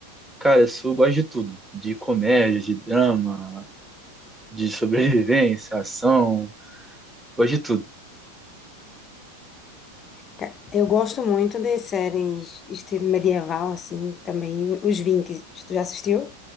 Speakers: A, in the centre; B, on the left (about 25°).
A: Cara, eu sou, gosto de tudo, de comédia, de drama, de sobrevivência, ação, gosto de tudo.
B: Ca- Eu gosto muito de séries estilo medieval, assim, também os Vikings. Tu já assistiu?